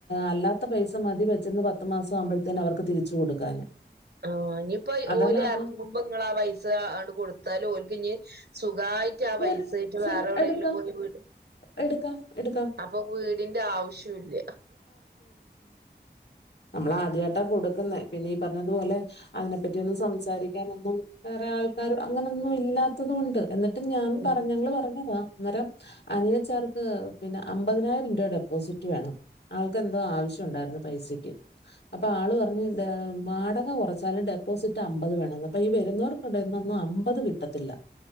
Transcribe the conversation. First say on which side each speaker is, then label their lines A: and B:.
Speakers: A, on the left; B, on the right.
A: അല്ലാത്ത പൈസ മതി വെച്ചന്ന് പത്തു മാസം ആവുമ്പോഴത്തേന് അവർക്ക് തിരിച്ചു കൊടുക്കാന്.
B: ആഹ് ഇഞ്ഞീപ്പോ
A: അതാ
B: ഓല്
A: ലാഭം
B: എറങ്ങുമ്പോ. ഇങ്ങളാ പൈസണ്ട് കൊടുത്തലോര്ക്ക് ഇഞ്ഞി സുഖായി. ക്ക്യാ
A: വേറെ
B: പൈസായിട്ട്
A: സുഖം
B: വേറെ എവിയെങ്കിലും
A: എടുക്കാം
B: പോയി വീ
A: എടുക്കാം എടുക്കാം
B: അപ്പൊ വീടിന്റെ ആവശ്യം ഇല്ല.
A: നമ്മള ആദ്യായിട്ടാ കൊടുക്കുന്നേ പിന്നെ ഈ പറഞ്ഞതു പോലെ അതിനെപ്പറ്റി ഒന്നും സംസാരിക്കാനൊന്നും വേറെ ആൾക്കാർ അങ്ങനെന്നും ഇല്ലാത്തത് കൊണ്ട് എന്ന് <unintelligible> ഞാൻ
B: ഉം
A: പറഞ്ഞ് ഞങ്ങള് പറഞ്ഞതാ അന്നേരം അനിയച്ചാർക്ക് പിന്നെ അമ്പതിനായിരം രൂപ ഡെപ്പോസിറ്റ് വേണം. ആൾക്കെന്തോ ആവശ്യ ഉണ്ടായിരുന്നു പൈസക്ക്. അപ്പ ആള് പറഞ്ഞ് ന്താ വാടക കൊറച്ചാലും ഡെപ്പോസിറ്റ് അമ്പത് വേണന്ന് അപ്പ ഈ വരുന്നോർ <unintelligible> ന്നൊന്നും അമ്പത് കിട്ടത്തില്ല.